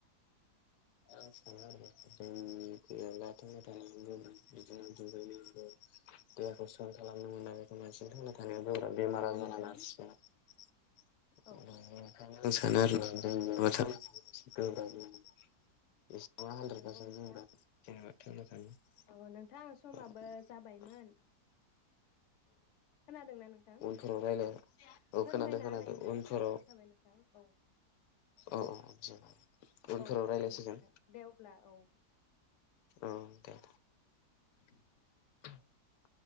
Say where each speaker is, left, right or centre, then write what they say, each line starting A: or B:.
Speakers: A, on the left (about 90°); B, on the left (about 55°).
A: आं सानो आरो जोंनि गैयाब्ला थांना थानो बिदिनो दुगैनाय देहाखौ साफा खालामनो मोना बेखौ बांसिन थांना दानिया जबरा बेमार
B: नंगौ
A: आजारा
B: नोंथां
A: नार्सि <unintelligible> <unintelligible>
B: औ
A: आं सानो आरो <unintelligible>
B: नंगौ नोंथां
A: <unintelligible>
B: औ नोंथां समाबो जाबायमोन खोनादोंना नोंथां
A: उनफोराव रायलाय
B: औ
A: औ
B: फोरमायना
A: खोनादों खोनादों
B: होनायनि थाखाय
A: उनफोराव
B: साबायखर थाबाय नोंथां औ।
A: औ औ उनफोराव
B: औ खोनादों
A: रायज्लायसिगोन
B: नोंथां दे अब्ला औ
A: औ देे।
B: <unintelligible>
A: <unintelligible>